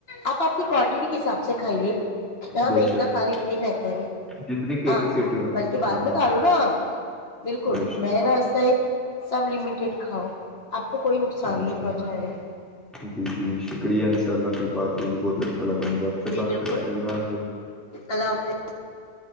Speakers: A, on the left; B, in the centre.
A: آپ آپ کی کوانٹیٹی کے حساب سے کھائیے <unintelligible> ہاں
B: بے
A: میں اتنا
B: شک
A: کھا رہی اتنا ہی بہتر ہے
B: جتنی کیپیسٹی
A: ہاں
B: ہو نا
A: بلکہ
B: اتنا
A: بعد میں
B: کم
A: کھا
B: ہے
A: لوں نا بالکل
B: بے
A: میں راج صح <unintelligible> سب لمیٹڈ کاؤ آپ کو کوئی نقصان
B: شک
A: نہیں پہنچاائے گا <unintelligible>
B: جی جی شکریہ ان شاء اللہ پھر بات ہوگی بہت اچھیا <unintelligible> لگا مجھے آپ سے
A: جی
B: بات
A: بالکل
B: کر کے اللہ
A: اللہ حافظ
B: ح <unintelligible>